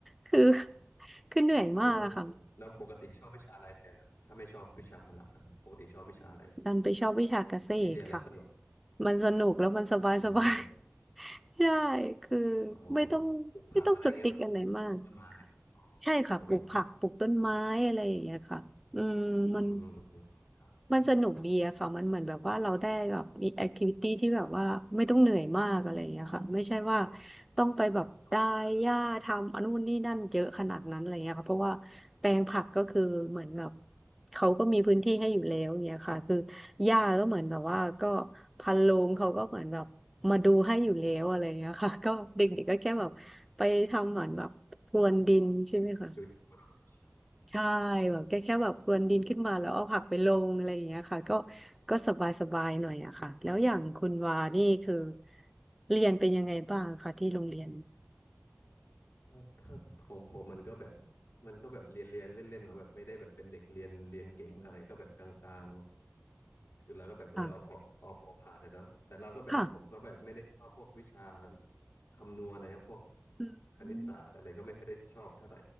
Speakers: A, in the centre; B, on the left.
A: คือ <laughs> คือเหนื่อยมากอะค่ะ
B: แล้วแล้วปกติชอบวิชาอะไรแทนครับถ้าไม่ชอบวิชาพละครับปกติชอบวิชาอะไร
A: ดันไปชอบวิชาเกษตรค่ะ
B: ที่เรียนแล้วสนุก
A: มันสนุกแล้วมันสบายสบาย
B: อืมก็
A: <laughs> ใช่คือ
B: อ๋อ
A: ไม่ต้องไม่ต้องสติ๊กอะไรมาก
B: ปลูกผักอะไรเงี้ยครับปลูกต้นไม้
A: ใช่ค่ะปลูกผักปลูกต้นไม้อะไรอย่างเงี้ยค่ะอืมมัน
B: อ๋อครับอืมอืมครับ
A: มันสนุกดีอะค่ะมันเหมือนแบบว่าเราได้แบบมีแอคทิวิตี้ที่แบบว่าไม่ต้องเหนื่อยมากอะไรอย่างเงี้ยค่ะไม่ใช่ว่าต้องไปแบบได้หญ้าทำอันนู่นนี่นั่นเยอะขนาดนั้นอะไรเงี้ยค่ะเพราะว่าแปลงผักก็คือเหมือนแบบ
B: ไม่ต้องเหนื่อยมากคร
A: เขาก็มีพื้นที่ให้อยู่แล้วอย่างเงี้ยค่ะคือหญ้าก็เหมือนแบบว่าก็พันโรงเขาก็เหมือนแบบมาดูให้อยู่แล้วอะไรเงี้ยค่ะก็เด็กๆก็แค่แบบไปทำเหมือนแบบพรวนดินใช่ไหมคะ
B: ับ ชิวๆเนาะชิว
A: ใช่แบบแค่แค่แบบพรวนดินขึ้นมาแล้วเอาผักไปลงอะไรอย่างเงี้ยค่ะก็ก็สบายสบายหน่อยอะค่ะแล้วอย่างคุณวานี่คือเรียนเป็นยังไงบ้างคะที่โรงเรียน
B: ๆถ้าถ้าของผมมันก็แบบมันก็แบบเรียนเรียนเล่นเล่นเนาะแบบไม่ได้แบบเป็นเด็กเรียนเรียนเก่งมากเนี่ยก็แบบกลางๆคือเราก็แบบเออเอาพอเอาพอผ่านแต่เนาะแต่เราก็แบบผมก็แบบไม่ได้ชอบพวกวิชา
A: ค่ะค่ะ
B: คำนวณนะครับพวก
A: อื
B: คณิตศาสตร์อะไรก็ไม่ค่อยได้ชอบเท่าไหร่
A: ม